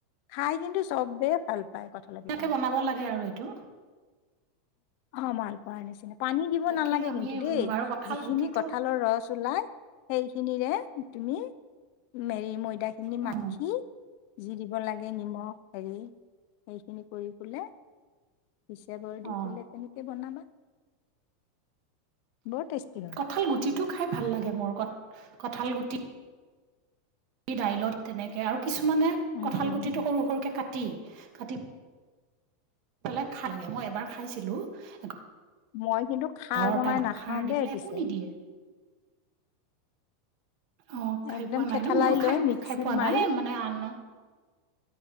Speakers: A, on the left; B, on the right.
A: খাই কিন্তু চববে ভাল পায় কঁঠালৰ পিঠাকেইটা
B: তাকে বনাব লাগে আৰু এইটো।
A: অ' মাল পোৱাৰ নিচিনা। পানী দিব
B: তাকে
A: নালাগে
B: আমি
A: কিন্তু দেই।
B: আৰু কঁঠাল
A: যিখিনি
B: গুটিটো
A: কঁঠালৰ ৰস ওলাই সেইখিনিৰে তুমি মেৰি ময়দাখিনি
B: উম
A: মা যি দিব লাগে নিমখ হেৰি, সেইখিনি কৰি বলে হিচাবৰ দি
B: অ
A: পেলাই তেনেকে বনাবা। বৰ টেষ্টি হয়
B: কঁঠাল গুটিটো
A: পাতলা পিঠা।
B: খাই ভাল লাগে মোৰ। ক কঁঠাল গুটি দাইলত তেনেকে আৰু কিছুমানে
A: উম,
B: কঁঠাল
A: উম,
B: গুটিটো
A: উম।
B: সৰু সৰুকে কাট টি কাটি পেলে খাই। মই এবাৰ খাইছিলো <unintelligible>
A: মই কিন্তু খাৰ বনাই
B: তাত
A: নাখাওঁ
B: সাৰ দি
A: দেই
B: পেলেই
A: পিছে।
B: একো নিদিয়ে। অ' খাই
A: একদম
B: পোৱা
A: থেঠালাই
B: নাই ন। মইও খাই-খাই
A: লৈ মিক্সিত
B: পোৱা
A: মাৰি
B: নাই মানে আন